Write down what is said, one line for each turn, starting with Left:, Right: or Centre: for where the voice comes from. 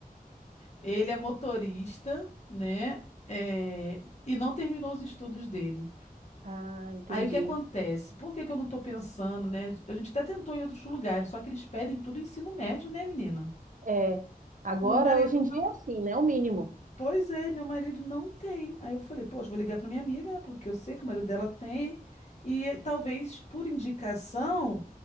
Left: Ele é motorista, né? É, e não terminou os estudos dele.
Right: Ah, entendi.
Left: Aí o que acontece? Por que que eu não tô pensando, né? A gente até tentou em outros lugares, só que eles pedem tudo ensino médio, né, menina?
Right: É, agora,
Left: Meu marido
Right: hoje em dia
Left: não.
Right: é assim, né? O mínimo.
Left: Pois é, meu marido não tem. Aí eu falei, poxa, vou ligar pra minha amiga, né? Porque eu sei que o marido dela tem. E eh, talvez por indicação,